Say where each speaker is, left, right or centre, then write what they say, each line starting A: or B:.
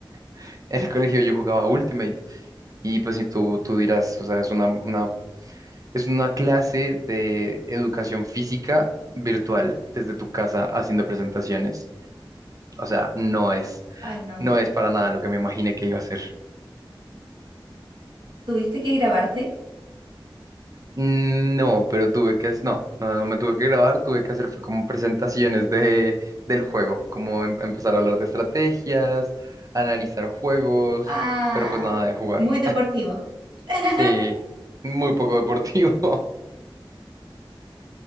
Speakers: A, on the right; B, on the right.
A: <laughs> en el colegio yo jugaba Ultimate. Y pues si tú, tú dirás, o sea, es una, una- es una clase de educación física virtual desde tu casa haciendo presentaciones. O sea, no es,
B: Ay, no.
A: no es para nada lo que me imaginé que iba a hacer.
B: ¿Tuviste que grabarte?
A: No, pero tuve que, hac- no, no, no me tuve que grabar, tuve que hacer fue como presentaciones de, del juego, como em- empezar a hablar de estrategias, analizar juegos,
B: Ah,
A: pero pues nada de jugar.
B: muy deportivo. <laughs>
A: Sí, muy poco deportivo.